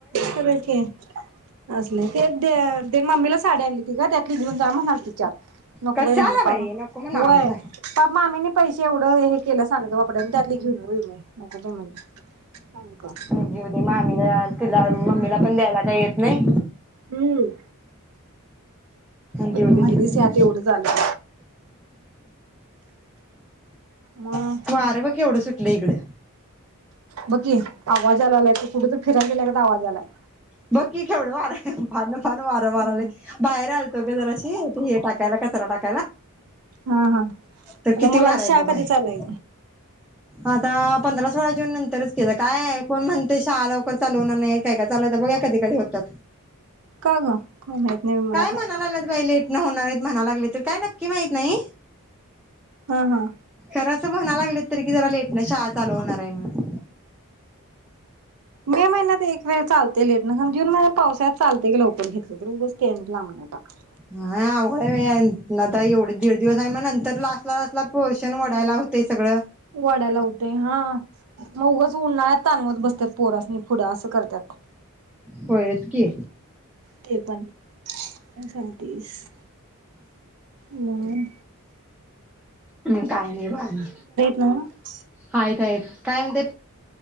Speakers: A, on the right; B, in the centre.
A: खर की असल आहेत ते ते ते मम्मीला साडी आणली होती ग त्यातली घेऊन जा म्हणाल ती चार नको
B: कशाला
A: बाई म्हणलं पाप
B: नको म्हणा
A: होय
B: आम्हाला
A: पाप मामींनी पैसे एवढं हे केलं सांडगं, पापड आणि त्यातलं घेऊन येऊ होय मी नको बाई म्हणलं.
B: घीऊ दे मामीला तिला मम्मीला पण द्यायला काही येत नाही.
A: हम्म म्हणलीस
B: देऊ दे तिकडे
A: यात एवढं झालं मग
B: वारं बघ केवढं सुट लय इकडं
A: बग की आवाज यालालाय कुठं तर फिराय गेल्यालाच आवाज यालालाय.
B: बघ की केवढं वारं अगं फार वारं वहालंय
A: हा
B: बाहेर आलतो ग जराशी हे टाकायला कच चरा टाक
A: हा हा
B: तर
A: आता
B: किती
A: मुलांची
B: वार आहे
A: शाळा
B: बघ बाहेर
A: कधी चालूय
B: आता पंधरा सोळा जून नंतरच केलं काय कोण म्हणतय शाळा लवकर चालू होणार नाही काय काय चालू कधी कधी होतात.
A: का ग काय माहीत नाही मला काय
B: म्हणा लागल्यात बाई लेट न होणार आहेत म्हणायला लागले तर काय नक्की माहित नाही
A: हं हं
B: जरास म्हणा लागले तरी कि जरा लेटनं शाळा चालू होणार हाय म्हणून
A: मे महिन्यात एक वेळ चालते लेटनं पण जून महिन्यात पावसाळ्यात चालतेय की लवकर घेतलं तर उगच तेनी लांबनीवर टाकलं.
B: हा अवघड आहे आता एवढे दीड दिवस आहे मग नंतर लास्टला लाटला पोर्शन वडायला लावतंय सगळं.
A: वाढायला होतय हा मग उगच उन्हाळ्यात ताणवत बसते पोरास नि पुढं असं कर टाक
B: होयच की
A: ते पण सांगतीस मम
B: हम काय नाही बग अजून
A: नव्ह?
B: हायत हायत काय म्हणते